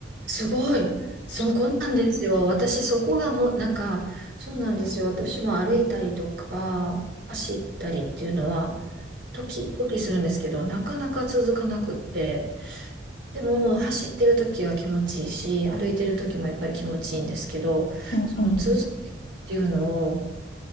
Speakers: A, on the right; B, on the left.
A: すごい。
B: そう、
A: そう、こんなんですよ。私、そこがもう、なんか、そうなんですよ。私も歩いたりとか、走ったりっていうのは、時々するんですけど、なかなか続かなくって、でももう走ってる時は気持ちいいし、歩いてる時もやっぱり気持ちいいんですけど、
B: うんうん。
A: その続けるっていうのを